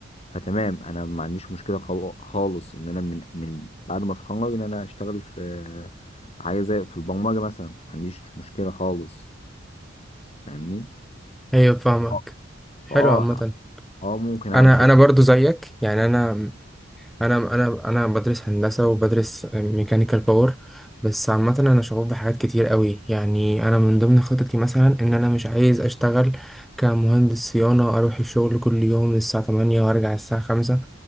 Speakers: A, on the left; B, in the centre.
A: فتمام انا ما عنديش مشكله خال- خالص ان انا من من بعد ما اتخرج ان انا اشتغل في في حاجه زي في البرمجه مثلا ما عنديش مشكله خالص فاهمني
B: ايوه فاهمك
A: فاه
B: حلو
A: فاه
B: عامة
A: اه آه، ممكن اعمل
B: انا
A: شيفت
B: انا برضو زيك يعني انا انا انا انا بدرس هندسه وبدرس ميكانيكال باور بس عامه انا شغوف بحاجات كتير قوي يعني انا من ضمن خططي مثلا ان انا مش عايز اشتغل كمهندس صيانه اروح الشغل كل يوم الساعه 8 وارجع الساعه 5